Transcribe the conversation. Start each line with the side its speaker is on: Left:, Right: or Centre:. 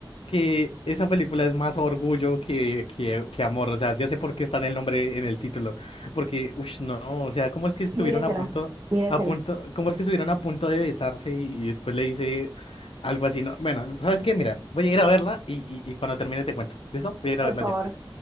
Left: Que esa película es más orgullo que, que, que amor. O sea, ya sé por qué está en el nombre, en el título. Porque, uff, no, o sea, ¿cómo es que estuvieron
Right: Míresela.
Left: a punto,
Right: Míresela.
Left: a punto, cómo es que estuvieron a punto de besarse y, y después le dice algo así? No, bueno, ¿sabes qué? Mira, voy a ir a verla y, y, y cuando termine te cuento. ¿Listo? Voy a ir
Right: Por
Left: a verla
Right: favor.
Left: ya.